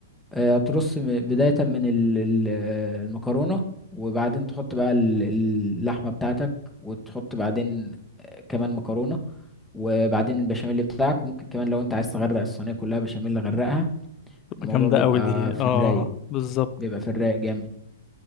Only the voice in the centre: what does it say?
آه، هترص م- بدايه من ال- ال- المكرونه وبعدين تحط بقى ال- اللحمه بتاعتك وتحط بعدين آه، كمان مكرونه وبعدين البشاميل بتاعك وممكن كمان لو انت عايز تغرق الصينيه كلها بشاميل غرقها
الموضوع
بيبقى
في
الرايق
بيبقى في الرايق جامد